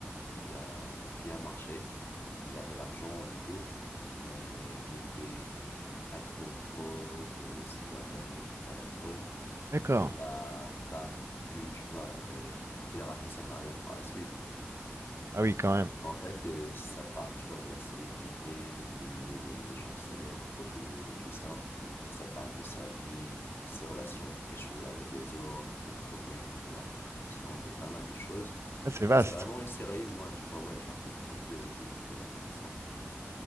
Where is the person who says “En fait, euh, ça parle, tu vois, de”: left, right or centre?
Left